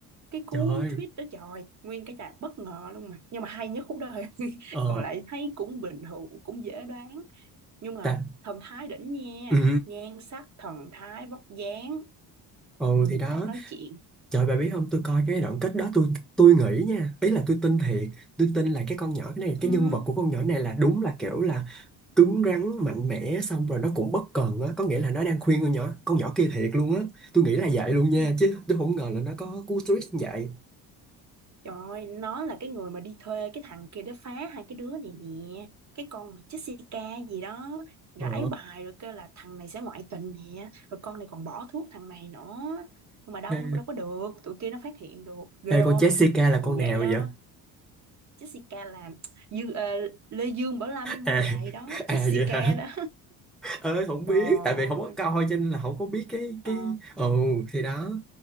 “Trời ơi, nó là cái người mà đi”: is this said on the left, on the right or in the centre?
Right